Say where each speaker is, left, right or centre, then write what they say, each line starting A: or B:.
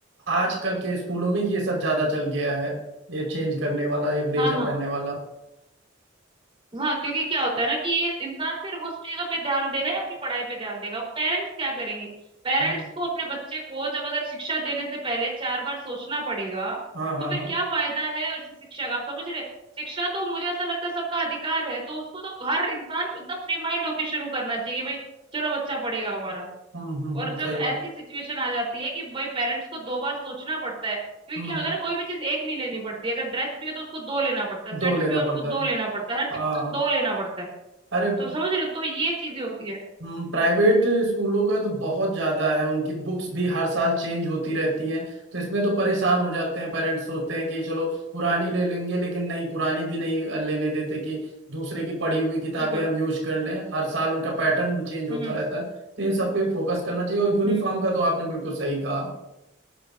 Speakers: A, on the right; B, on the right.
A: आजकल के स्कूलों में ये सब ज्यादा चल गया है ये चेंज करने वाला ये ब्लेजर
B: हाँ हाँ
A: पहनने वाला
B: हाँ क्योंकि क्या होता है ना कि ये इंसान फिर उस चीजों पे ध्यान देगा या अपनी पढ़ाई पे ध्यान देगा पेरेंट्स क्या करेंगे पेरेंट्स
A: हम्म,
B: को अपने बच्चे को जब अगर शिक्षा देने से पहले चार बार सोचना पड़ेगा
A: हाँ हाँ
B: तो फिर
A: हाँ
B: क्या फायदा है ऐसी शिक्षा का आप समझ रहे हैं? शिक्षा तो मुझे ऐसा लगता है सबका अधिकार है तो उसको तो हर इंसान एकदम फ्री माइंड होके शुरू करना चाहिए कि भाई चलो बच्चा पढ़ेगा हमारा
A: हम्म हम्म
B: और
A: हम्म,
B: जब
A: सही बात
B: ऐसी सिचुएशन आ जाती है कि भाई पेरेंट्स को दो बार सोचना पड़ता है क्योंकि
A: हम्म
B: क्या होता है ना कोई भी चीज एक नहीं लेनी पड़ती अगर ड्रेस भी है तो उसको दो लेना पड़ता है स्वेटर
A: दो लेना
B: भी है
A: पड़ता
B: उसको दो
A: है
B: लेना पड़ता है हर चीज
A: हाँ
B: का दो लेना पड़ता है
A: अरे
B: तो समझ रहे हो तो ये चीजें होती है
A: हम्म, प्राइवेट स्कूलों का तो बहुत ज्यादा है उनकी बुक्स भी हर साल चेंज होती रहती हैं तो इसमें तो परेशान हो जाते हैं पेरेंट्स सोचते हैं कि चलो पुरानी ले लेंगे लेकिन नहीं पुरानी भी नहीं लेने देते कि दूसरे की पढ़ी हुई किताबें
B: बिल्कुल
A: हम यूज कर लें हर साल उनका पैटर्न भी चेंज होता
B: हम्म
A: रहता है तो इन सब पे फोकस करना चाहिए और यूनिफॉर्म
B: हम्म
A: का तो आपने बिल्कुल सही कहा